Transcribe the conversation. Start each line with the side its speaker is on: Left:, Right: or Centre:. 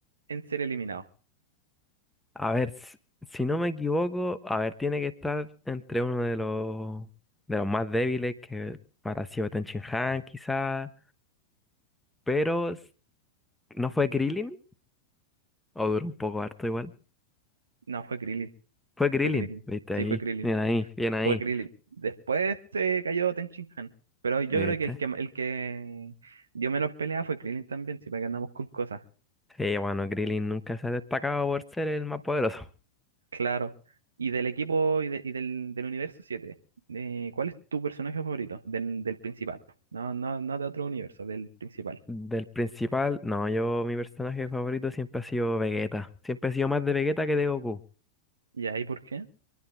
Right: en ser eliminado?
Centre: A ver, s- si no me equivoco, a ver, tiene que estar entre uno de los de los más débiles que para sido Shin-Han quizás, pero s- ¿no fue Krillin? O duró un poco harto igual.
Right: No, fue Krillin.
Centre: Fue Krillin,
Right: Fue Krillin.
Centre: viste
Right: Sí,
Centre: ahí,
Right: fue Krillin.
Centre: bien ahí, bien ahí.
Right: Fue Krillin. Después se cayó Ten Shin Han. Pero yo
Centre: Sí, viste.
Right: creo que el que, el que dio menos pelea fue Krillin también, si para que andamos con cosas.
Centre: Sí, bueno, Krillin nunca se ha destacado por ser el más poderoso.
Right: Claro. Y del equipo y, de- y del, del universo siete eh, ¿cuál es tu personaje favorito? Del, del principal. No, no, no de otro universo, del principal.
Centre: Del principal, no, yo mi personaje favorito siempre ha sido Vegeta. Siempre he sido más de Vegeta que de Goku.
Right: ¿Y ahí por qué?